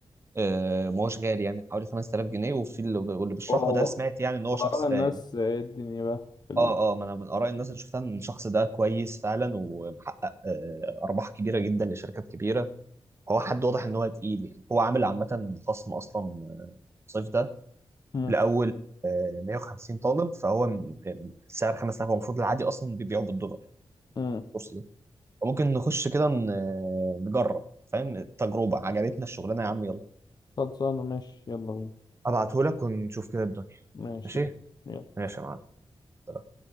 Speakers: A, on the right; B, on the left.
A: آه ما هوش غالي يعني حوالي 5000 جنيه وفي اللي, واللي بيشرحه
B: وهو
A: ده سمعت يعني ان هو
B: وراء
A: شخص
B: الناس
A: فاهم
B: ايه الدنيا بقى في ال...
A: اه اه ما انا من اراء الناس اللي شفتها ان الشخص ده كويس فعلا ومحقق آه ارباح كبيره جدا لشركات كبيره هو حد واضح ان هو تقيل يعني هو عامل عامه خصم اصلا آه، الصيف ده
B: مم.
A: لاول آه، 150 طالب فهو م- م- سعر 5000 هو المفروض العادي اصلا بيبيعه بالدولار
B: مم.
A: الكورس وممكن نخش كده ن- نجرب فاهم تجربة عجبتنا الشغلانه يا عم يلا
B: خلصانة ماشي يلا بينا
A: ابعتهولك ونشوف كده الدنيا
B: ماشي
A: ماشي
B: يلا يلا.
A: ماشي يا معلم